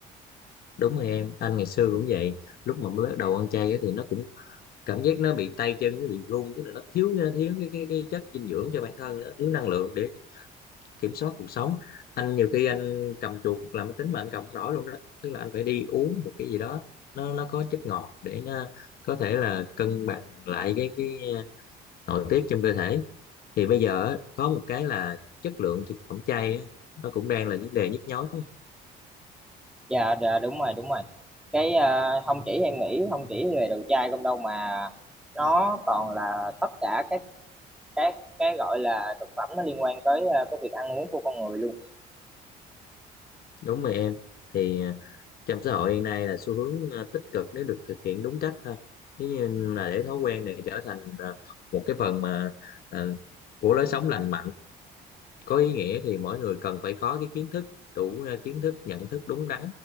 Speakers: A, on the left (about 65°); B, in the centre.
A: đúng rồi em anh ngày xưa cũng vậy lúc mà mới bắt đầu ăn chay á thì nó cũng cảm giác nó bị tay chân nó bị run tức là nó thiếu thiếu cái, cái cái chất dinh dưỡng cho bản thân nó thiếu năng lượng để kiểm soát cuộc sống anh nhiều khi anh cầm chuột làm máy tính mà anh cầm không nổi luôn đó tức là anh phải đi uống một cái gì đó nó nó có chất ngọt để nó có thể là cân bằng lại cái cái à, nội tiết trong cơ thể thì bây giờ á, có một cái là chất lượng thực phẩm chay á, nó cũng đang là vấn đề nhức nhối
B: dạ dạ, đúng rồi đúng rồi cái à, không chỉ em nghĩ không chỉ về đồ chay không đâu mà nó còn là tất cả các các cái gọi là thực phẩm nó liên quan tới à, cái việc ăn uống của con người luôn
A: Đúng rồi em thì ờ, trong xã hội hiện nay là xu hướng ờ, tích cực nếu được thực hiện đúng cách thôi. Nếu như là để thói quen này trở thành ờ, một cái phần mà ờ, của lối sống lành mạnh có ý nghĩa thì mỗi người cần phải có cái kiến thức đủ ờ, kiến thức nhận thức đúng đắn